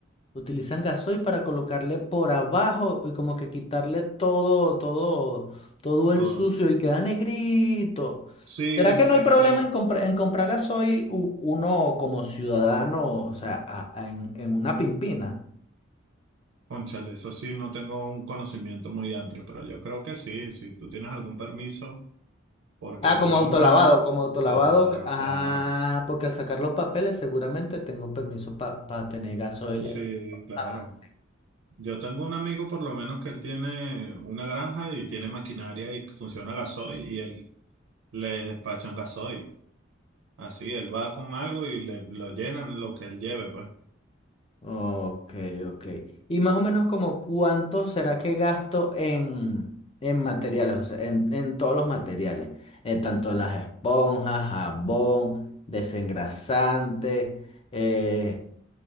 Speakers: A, on the left; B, on the right.
A: Utilizan gasoil para colocarle por abajo y como que quitarle todo, todo, todo el
B: Oh,
A: sucio y queda negrito.
B: sí,
A: ¿Será que
B: sí,
A: no hay problema
B: sí.
A: en, compra- en comprar gasoil u- uno como ciudadano, o sea, a- a- en, en una pimpina?
B: Cónchale, eso sí, no tengo un conocimiento muy amplio, pero yo creo que sí. Si tú tienes algún permiso. Porque
A: Ah,
B: yo
A: como
B: tengo
A: autolavado,
B: un amigo,
A: como autolavado.
B: claro,
A: que- Ah,
B: claro,
A: porque al sacar los papeles seguramente tengo permiso para tener gasoil.
B: sí, claro.
A: Ah, sí.
B: Yo tengo un amigo por lo menos que él tiene una granja y tiene maquinaria y funciona gasoil y él le despachan gasoil. Así, él va con algo y le lo llenan lo que él lleve, pues.
A: Ok, ok. Y más o menos como cuánto será que gasto en, en materiales, o sea, en, en todos los materiales, en tanto las esponjas, jabón, desengrasante, eh,